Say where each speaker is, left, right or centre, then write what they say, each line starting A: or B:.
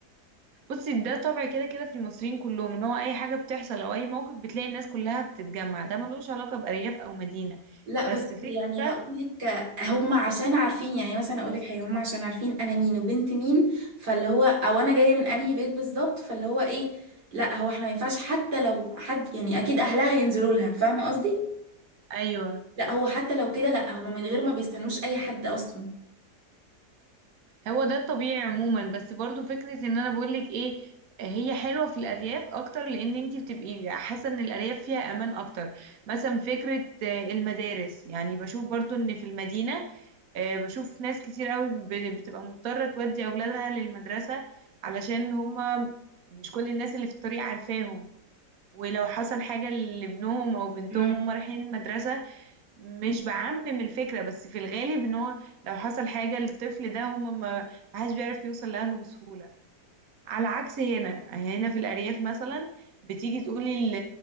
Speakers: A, on the right; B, on the right.
A: بصي ده طبع كده كده في المصريين كلهم ان هو اي حاجة بتحصل او اي موقف بتلاقي الناس كلها بتتجمع ده ملوش علاقة بأرياف او مدينة
B: لا
A: بس
B: بس
A: فكرة
B: يعني
A: ده
B: هقول لك هم عشان عارفين يعني مثلا اقول لك حاجه هم عشان عارفين انا مين وبنت مين فاللي هو او انا جايه من انهي بيت بالظبط فاللي هو ايه لا هو احنا ما ينفعش حتى لو حد يعني اكيد اهلها ينزلوا لها فاهمه قصدي
A: ايوه
B: لا هو حتى لو كده لا هم من غير ما بيستنوش اي حد اصلا
A: هو ده الطبيعي عموما بس برضو فكرة ان انا بقولك ايه هي حلوة في الأرياف أكتر لأن انتي بتبقي حاسة ان الأرياف فيها أمان أكتر مثلا فكرة آه، المدارس يعني بشوف برضو ان في المدينة آه، بشوف ناس كتير قوي ب- بتبقى مضطرة تودي أولادها للمدرسة علشان هما مش كل الناس اللي في الطريق عارفاهم ولو حصل حاجة لابنهم أو بنتهم
B: امم
A: هما رايحين المدرسة مش بعمم الفكرة بس في الغالب ان هو لو حصل حاجة للطفل ده هم ما حدش بيعرف يوصل لأهله بسهولة على عكس هنا هنا في الأرياف مثلا بتيجي تقولي ال-